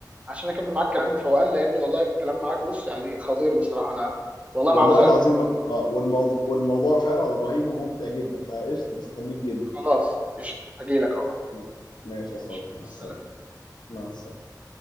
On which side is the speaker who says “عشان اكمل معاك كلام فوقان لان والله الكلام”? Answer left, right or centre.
Right